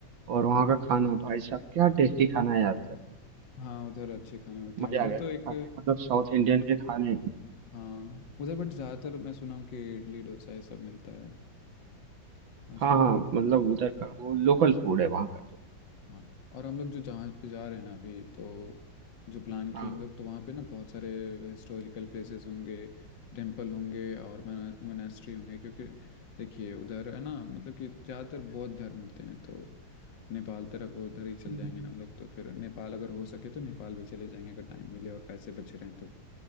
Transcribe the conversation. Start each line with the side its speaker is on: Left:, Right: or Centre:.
Right: और वहाँ का खाना भाई साहब क्या टेस्टी खाना है यार उधर
Left: हाँ उधर अच्छे खाने होते
Right: मजा
Left: हैं उधर
Right: आ गया
Left: तो
Right: खा
Left: एक
Right: के। मतलब साउथ इंडियन के खाने
Left: हाँ उधर बट ज़्यादातर मैं सुना हूँ कि इडली डोसा ये सब मिलता है आजकल
Right: हाँ हाँ
Left: तो
Right: मतलब उधर का वो लोकल फूड है वहाँ का तो
Left: हाँ और हम लोग जो जहाँ पे जा रहे हैं ना अभी तो जो प्लान किए
Right: हाँ
Left: हम लोग तो वहाँ पे ना बहुत सारे हिस्टोरिकल प्लेसेस होंगे टेम्पल होंगे और मोनेस्ट्री होंगे क्योंकि देखिए उधर है ना मतलब कि ज़्यादातर बौद्ध धर्म होते हैं तो नेपाल तरफ वो उधर ही चल
Right: हम्म।
Left: जाएंगे ना हम लोग तो फिर नेपाल अगर हो सके तो नेपाल भी चले जाएंगे अगर टाइम मिले और पैसे बचे रहें तो